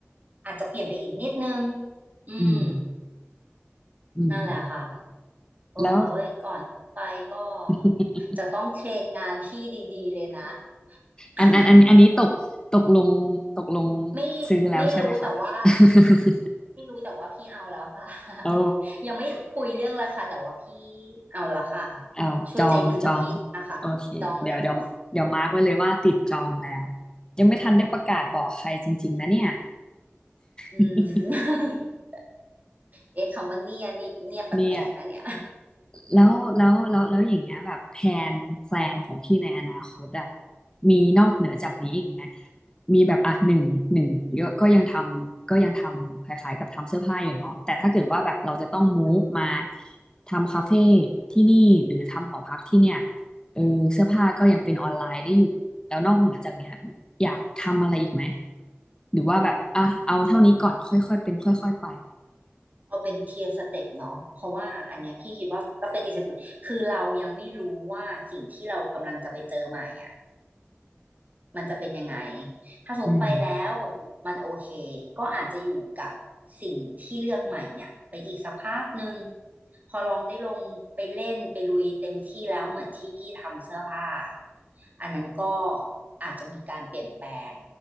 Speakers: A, on the right (about 35°); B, on the left (about 20°).
A: อาจจะเปลี่ยนไปอีกนิดนึงอืม
B: อืม อืม
A: นั่นแหละค่ะ โอ้ยก่อนไปก็
B: แล้ว <laughs>
A: จะต้องเทรนงานพี่ดีๆเลยนะ <laughs>
B: อันอันอันอันนี้ตก ตกลง ตกลง
A: ไม่
B: ซื้อแล้วใช่ไหมคะ
A: ไม่รู้แต่ว่า
B: <laughs>
A: ไม่รู้แต่ว่าพี่เอาแล้วค่ะ <laughs>
B: โอ้
A: ยังไม่คุยเรื่องราคาแต่ว่าพี่เอาแล้วค่ะ
B: เอาจอง
A: ช่วยใจดีกับพี่นะคะจองแล้ว
B: จอง โอเค เดี๋ยว เดี๋ยวเดี๋ยวมาร์กไว้เลยว่าติดจองแล้ว ยังไม่ทันได้ประกาศบอกใครจริงๆนะเนี่ย
A: อื
B: <laughs>
A: ม <laughs> เอ๊ะคำว่าเนี่ยนี่เนี่ยแปลกๆนะเนี่ย
B: เนี่ย แล้วแล้วแล้วแล้วอย่างเงี้ยแบบแผนแพลนของพี่ในอนาคตอะมีนอกเหนือจากนี้อีกไหมมีแบบอ่ะหนึ่งหนึ่งเยอะก็ยังทำก็ยังทำคล้ายๆกับทำเสื้อผ้าอยู่เนาะแต่ถ้าเกิดว่าแบบเราจะต้องมูฟมาทำคาเฟ่ที่นี่หรือทำหอพักที่เนี่ยเออเสื้อผ้าก็ยังเป็นออนไลน์ได้อยู่แล้วนอกเหนือจากเนี้ยอยากทำอะไรอีกไหมหรือว่าแบบอ่ะเอาเท่านี้ก่อนค่อยๆเป็นค่อยๆไป
A: เอาเป็นเทียร์สเต็ปเนาะเพราะว่าอันเนี้ยพี่คิดว่าก็เป็นอีกสเต็ปคือเรายังไม่รู้ว่าสิ่งที่เรากำลังจะไปเจอใหม่อ่ะ มันจะเป็นยังไง
B: <laughs>
A: ถ้าสมมติไปแล้ว
B: อืม
A: มันโอเค ก็อาจจะอยู่กับสิ่งที่เลือกใหม่เนี่ยไปอีกสักพักหนึ่ง พอลองได้ลงไปเล่นไปลุยเต็มที่แล้วเหมือนที่พี่ทำเสื้อผ้า อันนั้นก็อาจจะมีการเปลี่ยนแปลง